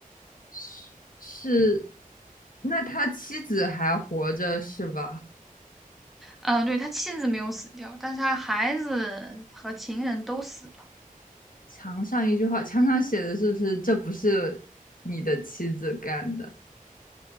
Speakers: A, on the left; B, in the centre.
A: 是是，那他妻子还活着是吧？
B: 嗯，对，他妻子没有死掉，但是他孩子和情人都死了，
A: 墙上一句话，墙上写的是不是这不是你的妻子干的？